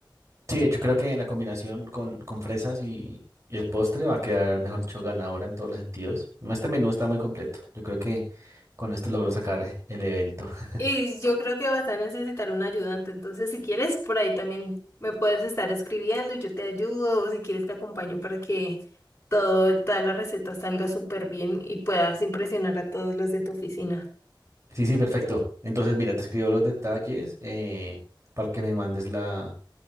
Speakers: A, on the right (about 35°); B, on the left (about 25°).
A: Sí, de hecho creo que la combinación con, con fresas y, y el postre va a quedar, mejor dicho, ganadora en todos los sentidos. No, Este menú está muy completo. Yo creo que con esto logro sacar el evento. <laughs>
B: Y yo creo que vas a necesitar un ayudante, entonces si quieres, por ahí también me puedes estar escribiendo y yo te ayudo, o si quieres te acompaño para que todo, toda la receta salga súper bien y puedas impresionar a todos los de tu oficina.
A: Sí, sí, perfecto. Entonces, mira, te escribo los detalles eh, para que me mandes la,